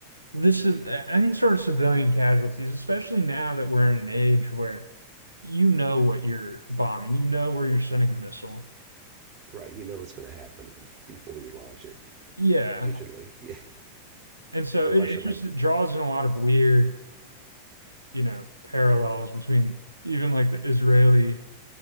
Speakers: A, on the right; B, on the right.
A: this is any sort of civilian casualties, especially now that we're in an age where you know what you're bombing, you know where you're sending a missile.
B: right, you know what's going to happen before you launch it,
A: Yeah.
B: usually. <laughs> Yeah.
A: And so
B: But
A: it,
B: Russia,
A: it
B: like,
A: just draws in a lot of weird, you know, parallels between even like the Israeli